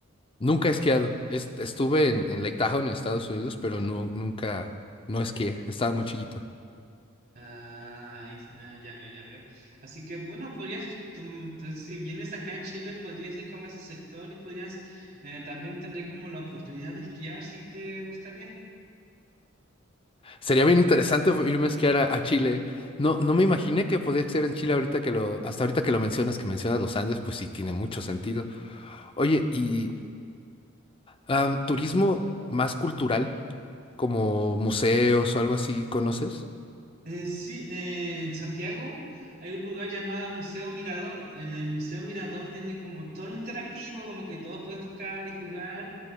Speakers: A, on the left; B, on the right.
A: Nunca he esquiado. Es- estuve en, en Lake Tahoe, en Estados Unidos, pero no, nunca, no esquié. Estaba muy chiquito.
B: Ah, es- ah, ya veo, ya veo. Así que bueno, podrías, us- tum- tu- si vienes acá en Chile, podrías ir como a ese sector y podrías eh, también tener como la oportunidad de esquiar si te gustaría.
A: Sería bien interesante irme a esquiar a, a Chile. No, no me imaginé que podía ser en Chile ahorita que lo, hasta ahorita que lo mencionas, que mencionas los Andes, pues sí, tiene mucho sentido. Oye, y ah, turismo más cultural, como museos o algo así, ¿conoces?
B: Eh, sí, eh, en Santiago hay un lugar llamado el Museo Mirador. En el Museo Mirador tienen como todo lo interactivo, como que todos puedes tocar y jugar.